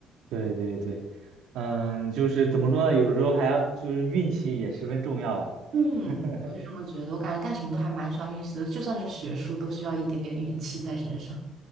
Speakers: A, on the right; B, on the right.
A: 对对对，嗯，就是怎么说呢？有时候还要就是运气也十分重要吧。
B: 嗯，
A: <laughs>
B: 我是这么觉得。我感觉干什么都还蛮需要运气的，就算是学术，都需要一点点运气在身上。